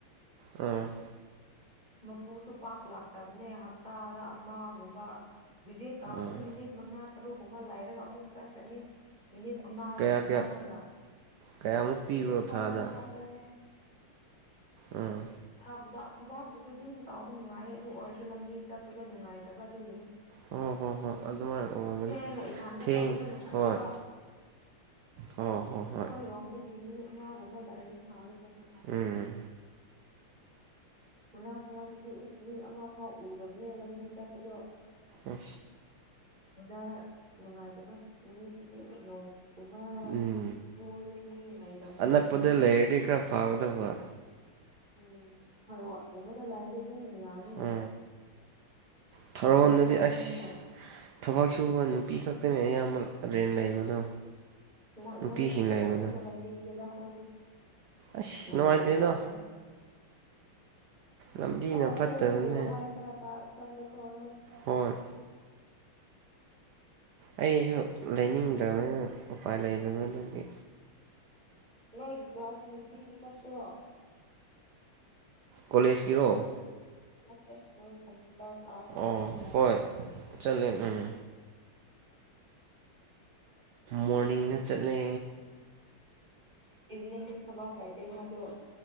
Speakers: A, on the right; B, on the right.
A: ꯑꯝ
B: ꯃꯄꯨꯁꯨ ꯄꯥꯛ ꯂꯥꯛꯇꯕꯅꯦ ꯍꯞꯇꯥꯗ ꯑꯃꯒꯨꯝꯕ ꯚꯤꯖꯤꯠ ꯇꯧꯔꯁꯨ
A: ꯑꯥ
B: ꯃꯤꯅꯤꯠ ꯃꯉꯥ ꯇꯔꯨꯛ ꯀꯨꯝꯕ ꯂꯩꯔꯒ ꯑꯃꯨꯛ ꯆꯠꯈ꯭ꯔꯅꯤ ꯃꯤꯅꯤꯠ ꯑꯃꯒꯨꯝꯕ
A: ꯀꯌꯥ ꯀꯌꯥ
B: ꯆꯥꯡꯉꯒ
A: ꯀꯌꯥꯃꯨꯛ ꯄꯤꯕ꯭ꯔꯣ
B: ꯁꯤꯛꯁ ꯊꯥꯎꯖꯟ
A: ꯊꯥꯗ
B: ꯈꯛꯇꯅꯦ
A: ꯎꯝ
B: ꯊꯝꯕꯗ ꯊꯕꯕꯨ ꯑꯗꯨ ꯑꯗꯨꯝ ꯇꯥꯎꯕ ꯅꯨꯡꯉꯥꯏꯌꯦ ꯑꯗꯨ ꯑꯣꯏꯔꯁꯨ ꯂꯝꯕꯤ ꯆꯠꯄꯗꯣ ꯅꯨꯡꯉꯥꯏꯇꯕ ꯑꯗꯨꯒꯤꯅꯦ
A: ꯍꯣꯏ ꯍꯣꯏ ꯍꯣꯏ ꯑꯗꯨꯃꯥꯏꯅ ꯑꯣꯏꯒꯅꯤ
B: ꯊꯦꯡꯅ ꯏꯊꯟꯗ
A: ꯊꯦꯡ
B: ꯆꯠꯄꯗ ꯅꯨꯡꯉꯥꯏꯇꯦꯕ
A: ꯍꯣꯏ ꯍꯣ ꯍꯣꯏ
B: ꯑꯩꯈꯣꯏꯔꯣꯝꯗꯒꯤ
A: ꯍꯣꯏ
B: ꯃꯤ ꯑꯃꯒꯨꯝꯕ ꯂꯩꯔꯗꯤ ꯐꯒꯗꯕ
A: ꯎꯝ
B: ꯃꯔꯥꯛ ꯃꯔꯛꯇꯗꯤ ꯏꯁ ꯃꯤ ꯑꯃ ꯐꯥꯎ ꯎꯗꯕꯅꯦ ꯂꯝꯕꯤ ꯆꯠꯄꯗꯣ
A: ꯎ
B: ꯑꯣꯖꯥ ꯅꯨꯡꯉꯥꯏꯇꯕ ꯅꯨꯃꯤꯠꯇꯨꯗꯤ ꯅꯨꯡ ꯎꯃ
A: ꯎꯝ
B: ꯅꯨꯔꯤꯅꯤ ꯂꯩ ꯇꯝꯅꯦ
A: ꯑꯅꯛꯄꯗ
B: ꯂꯝ ꯃꯤꯗ
A: ꯂꯩꯔꯗꯤ ꯈꯔ ꯐꯒꯗꯕ
B: ꯎꯝ ꯍꯔꯣꯗ ꯒꯨꯝꯕꯗ ꯂꯩꯔꯗꯤ ꯑꯗꯨꯝ ꯌꯥꯅꯤ
A: ꯎ ꯊꯥꯔꯣꯟꯗꯗꯤ
B: ꯅꯨꯃꯤꯠꯁꯨ ꯆꯪꯕꯅꯤꯅ
A: ꯑꯁ ꯊꯕꯛ ꯁꯨꯕ ꯅꯨꯄꯤ ꯈꯛ ꯈꯛꯇꯅꯦ ꯑꯌꯥꯝꯕ ꯔꯦꯟ ꯂꯩꯕꯗꯣ
B: ꯑ
A: ꯅꯨꯄꯤꯁꯤꯡ
B: ꯅꯣꯏꯒꯤ ꯊꯔꯣꯅꯁꯨ
A: ꯂꯩꯕꯗꯣ
B: ꯂꯩꯅꯤꯡꯗꯦꯗ ꯑꯣꯏꯣꯏꯗ
A: ꯑꯁ
B: ꯁ꯭ꯂꯧꯥꯏꯇꯥꯔꯦ
A: ꯅꯨꯡꯉꯥꯏꯇꯦꯗ ꯂꯝꯕꯤꯅ
B: ꯀꯣꯁꯦꯅꯤꯒꯦꯂ
A: ꯐꯠꯇꯕꯅꯦ
B: ꯋꯥ ꯑꯩ ꯈꯔ ꯑ ꯆꯠ ꯂꯀꯣꯏ
A: ꯍꯣꯏ ꯑꯩꯁꯨ ꯂꯩꯅꯤꯡꯗ꯭ꯔꯕꯅꯤꯅ ꯎꯄꯥꯏ ꯂꯩꯗꯕ ꯑꯗꯨꯒꯤ
B: ꯅꯣꯏꯒꯤ ꯀ꯭ꯂꯥꯁꯁꯤ ꯅꯨꯡꯇꯤꯒꯤ ꯆꯠꯄ꯭ꯔꯣ
A: ꯀꯣꯂꯦꯖꯀꯤꯔꯣ
B: ꯃꯠꯇꯦ ꯅꯣꯏ ꯀꯝꯄ꯭ꯨꯇꯔ ꯑꯥꯁ ꯑꯋ
A: ꯑꯣ
B: ꯍꯥꯏꯒ
A: ꯍꯣꯏ ꯆꯠꯂꯦ ꯎꯝ ꯃꯣꯔꯅꯤꯡꯅ ꯆꯠꯂꯦ
B: ꯏꯅꯤꯡ ꯊꯕꯥꯥꯛ ꯂꯥꯏꯇꯦꯩꯅ ꯑꯗꯨꯣ